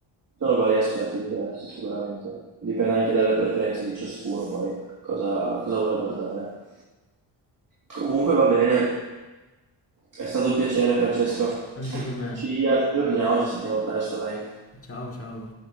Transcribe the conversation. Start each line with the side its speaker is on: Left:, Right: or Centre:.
Right: Sono vari aspetti diversi sicuramente, dipende anche dalle preferenze di ciascuno poi cosa, cosa vuole guardare. Comunque va bene, è stato un piacere Francesco,
Left: Anche per me
Right: ci aggiorniamo, ci sentiamo presto, dai.
Left: Ciao, ciao.